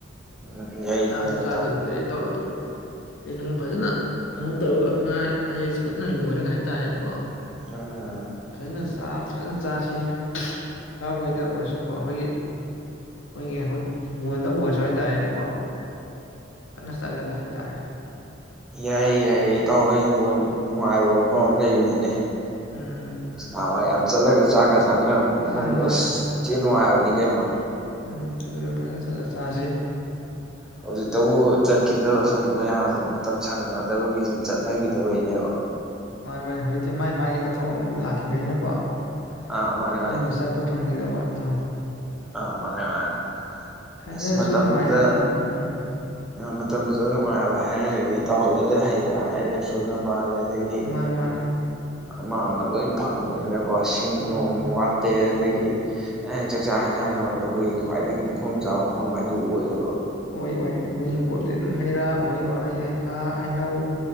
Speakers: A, in the centre; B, on the left (about 75°).
A: ꯎꯝ ꯌꯥꯏ
B: ꯆꯥꯛꯁꯨ
A: ꯌꯥꯏ
B: ꯆꯥꯗꯕ
A: ꯏꯇꯥꯎ
B: ꯀꯨꯏꯔꯦ ꯏꯇꯥꯎ ꯑꯗꯨ ꯍꯌꯦꯡ ꯅꯉꯣꯟ ꯐꯖꯅ ꯀꯩꯅꯣ ꯇꯧꯔꯒ ꯑꯅꯥ ꯑꯌꯦꯛꯁꯦ ꯐꯖꯅ ꯂꯣꯏꯔꯒ ꯍꯥꯏꯇꯥꯔꯦꯅꯦꯀꯣ
A: ꯎꯝ
B: ꯐꯖꯅ ꯆꯥꯛ ꯑꯝ ꯐꯖꯅ ꯆꯥꯁꯤ ꯏꯇꯥꯎ ꯍꯣꯏꯗ ꯑꯣꯏꯁꯨ ꯀꯣ ꯑꯩꯈꯣꯏꯒꯤ ꯑꯩꯈꯣꯏꯒꯤ ꯍꯨꯠ ꯍꯤꯡꯒꯣꯟꯗꯕꯨ ꯑꯣꯏꯔꯁꯨ ꯍꯥꯏꯇꯥꯔꯦꯅꯦꯀꯣꯥ ꯐꯅ ꯆꯠꯂꯒ ꯍꯥꯏ ꯇꯥꯔꯦ
A: ꯌꯥꯏ ꯌꯥꯏ ꯏꯇꯥꯎ ꯍꯣꯏ ꯍꯤꯡꯒꯣꯟ ꯅꯨꯡꯉꯥꯏꯕ ꯃꯐꯝ ꯑꯃ ꯂꯩꯕꯅꯤꯅꯦ
B: ꯎꯝ
A: ꯅꯍꯥꯟꯋꯥꯏ ꯌꯥꯝ ꯆꯠꯂꯒ ꯆꯥꯛꯀ ꯆꯥꯅꯔꯛꯄ ꯃꯐꯝꯗꯣ
B: ꯃꯥꯅꯤ ꯃꯥꯅꯤ
A: ꯊꯤ ꯅꯨꯡꯉꯥꯏꯔꯕꯅꯤ ꯀꯩꯅꯣ
B: ꯑ <unintelligible> ꯑꯗꯨꯒ ꯐꯖꯅ ꯆꯠꯂ ꯆꯁꯤ
A: ꯍꯧꯖꯤꯛꯇꯕꯨ ꯆꯠꯈꯤꯗꯕ ꯁꯨꯝ ꯃꯌꯥꯝ ꯃꯇꯝ ꯁꯥꯡꯅꯗꯕꯒꯤ ꯁꯨꯝ ꯆꯠꯅꯈꯤꯗꯕꯒꯤꯅꯦꯕ
B: ꯃꯥ ꯃꯥꯥꯏ ꯍꯧꯖꯤꯛꯇꯤ ꯃꯥꯥꯏ ꯃꯥꯒꯤ ꯃꯊꯧ ꯂꯥꯛꯈꯤꯕꯅꯤꯅꯀꯣ ꯑꯗꯨꯅ
A: ꯑꯥ ꯃꯥꯅꯦ
B: ꯆꯠꯄ ꯐꯪꯈꯤꯗꯕ ꯏꯠꯇ <unintelligible>
A: ꯑ ꯃꯥꯅꯦ ꯃꯥꯅꯦ
B: ꯊꯥꯏꯅꯁꯨ
A: ꯑꯁ ꯃꯇꯝꯗꯨꯗ
B: ꯅꯨꯡꯉꯥꯏꯗ ꯌꯥꯝꯅ ꯎꯝ
A: ꯃꯇꯝꯗꯨꯗ ꯅꯨꯡꯉꯥꯏꯕ ꯍꯥꯏꯔꯒꯗꯤ ꯇꯥꯎꯍꯣꯏꯗꯨꯗ ꯍꯩ ꯀꯥꯏꯔꯦ ꯁꯨꯅ ꯄꯥꯜꯂꯦ ꯑꯗꯒꯤ
B: ꯃꯥꯅꯤ ꯃꯥꯅꯤ
A: ꯑꯃ ꯑꯃ ꯂꯣꯏ ꯐꯪꯕꯅꯤꯅ ꯀꯣ ꯁꯤꯡ
B: ꯎꯝ
A: ꯅꯨꯡ ꯋꯥꯇꯦ <unintelligible> ꯏꯥ ꯍꯟꯖꯥꯟꯅꯕꯗ ꯑꯩꯈꯣꯏꯒꯤ ꯈ꯭ꯋꯥꯏꯗꯒꯤ ꯃꯐꯝ ꯆꯥꯕ ꯃꯐꯝ ꯍꯥꯏꯗꯨ ꯑꯣꯏꯌꯦꯕ
B: ꯑꯣꯏ ꯑꯣꯏ ꯑꯩꯈꯣꯏ ꯍꯤꯡꯒꯣꯜꯗꯤ ꯑꯗꯨꯝ ꯍꯩ ꯔꯥ ꯎꯍꯩ ꯋꯥꯍꯩ ꯍꯩ ꯍꯩꯈꯥ ꯍꯩꯅꯧ